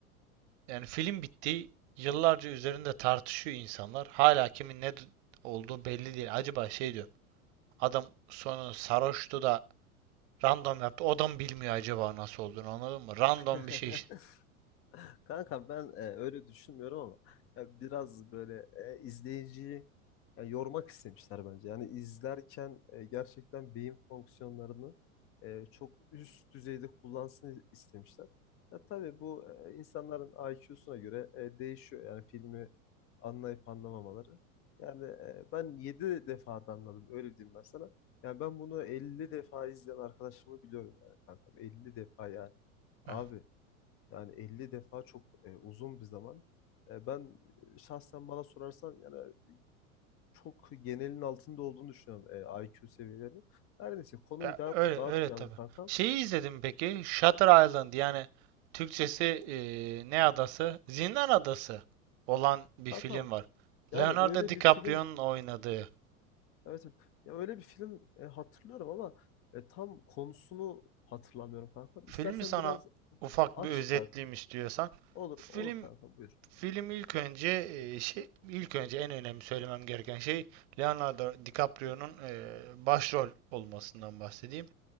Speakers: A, on the right (about 50°); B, on the left (about 30°).
A: Yani film bitti. Yıllarca üzerinde tartışıyor insanlar. Hala kimin ne d- olduğu belli değil. Acaba şey diyor. Adam sonu sarhoştu da random yaptı. O da mı bilmiyor acaba nasıl olduğunu anladın mı? Random
B: <laughs>
A: bir şey işte.
B: Kanka ben e, öyle düşünmüyorum ama ya biraz böyle e, izleyiciyi ya, yormak istemişler bence. Yani izlerken e, gerçekten beyin fonksiyonlarını e, çok üst düzeyde kullansın istemişler. Ya tabii bu e, insanların IQ'suna göre e, değişiyor. Yani filmi anlayıp anlamamaları. Yani e, ben 7 defa da anladım öyle diyeyim ben sana. Yani ben bunu 50 defa izleyen arkadaşımı biliyorum yani kankam. elli defa yani. Abi
A: Ha.
B: yani 50 defa çok e, uzun bir zaman. E, ben e, şahsen bana sorarsan yani çok genelin altında olduğunu düşünüyorum e, IQ seviyeleri. Her neyse konuyu
A: Ya
B: dağıt,
A: öyle
B: dağıtmayalım
A: öyle tabii.
B: kankam.
A: Şeyi izledim peki. Shutter Island yani Türkçesi eee, ne adası? Zindan Adası olan bir
B: Kankam
A: film var.
B: yani
A: Leonardo
B: öyle
A: DiCaprio'nun
B: bir film
A: oynadığı.
B: evet evet. ya öyle bir film e, hatırlıyorum ama e, tam konusunu hatırlamıyorum kankam.
A: Filmi
B: İstersen
A: sana
B: biraz
A: ufak
B: aç
A: bir özetleyeyim
B: kankam.
A: istiyorsan.
B: Olur
A: Film
B: olur kankam buyur.
A: Film ilk önce e, şey ilk önce en önemli söylemem gereken şey Leonardo DiCaprio'nun e, başrol olmasından bahsedeyim.